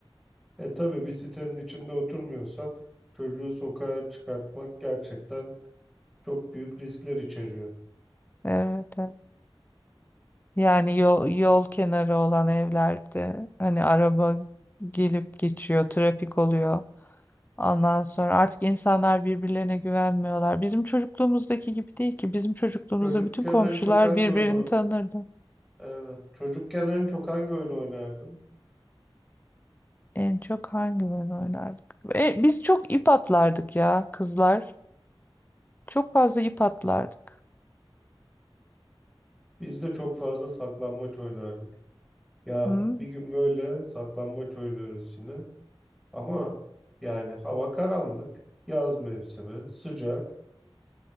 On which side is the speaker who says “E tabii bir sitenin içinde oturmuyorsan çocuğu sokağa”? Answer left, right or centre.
Centre